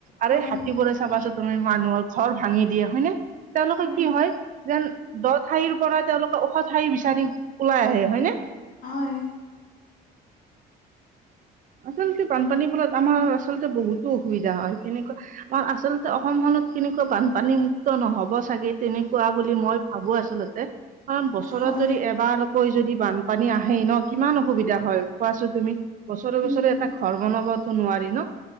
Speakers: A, on the right; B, on the left.
A: আৰু
B: হয়
A: হাতীবোৰে চাবাচোন তুমি, মানুহৰ ঘৰ ভাঙি দিয়ে হয়নে? তেওঁলোক
B: উ।
A: যেন দ' ঠাইৰপৰা তেওঁলোকে ওখ ঠাই বিচাৰি ওলাই আহে হয়নে?
B: হয়।
A: আচলতে বানপানীৰ ফলত আমাৰ আচলতে বহুতো অসুবিধা হয় এনেকুৱা আ, আচলতে অসমখনত কেনেকুৱা বানপানী মুক্ত নহ'ব চাগে তেনেকুৱা বুলি মই ভাবোঁ আচলতে। ইমান বছৰত
B: হয়
A: যদি এবাৰকৈ যদি বানপানী আহেই ন' কিমান অসুবিধা হয় কোৱাচো তুমি? বছৰে বছৰে
B: উম
A: এটা ঘৰ বনাবতো নোৱাৰি ন'।